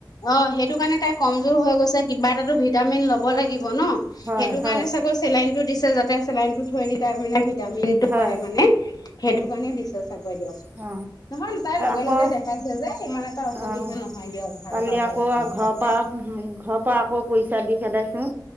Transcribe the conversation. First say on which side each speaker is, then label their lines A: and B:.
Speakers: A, on the left; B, on the right.
A: অ সেইটো কাৰণে তাই কমজোৰ হৈ গৈছে। কিবা এটা ভিটামিন ল'ব লাগিব ন,
B: হয়
A: সেইটো
B: হয়
A: কাৰণে চাগৈ চেলাইনটো দিছে যাতে তাতে চেলাইনটো থৈ দি তাৰ মানে ভিটামিন টো
B: হয়
A: পাই মানে। সেইটো কাৰণে দিছে চাব দিয়ক।
B: অ
A: নহয় তাই লগে-লগে
B: আকৌ
A: দেখাইছে যে ইমান এটা অসুবিধা
B: অ
A: নহয় দিয়ক, ভাল
B: কালি
A: পাব
B: আকৌ
A: লাহে-লাহে
B: ঘৰৰ
A: তাই।
B: পৰা ঘৰৰ পৰা আকৌ পইচা দি খেদাইছো।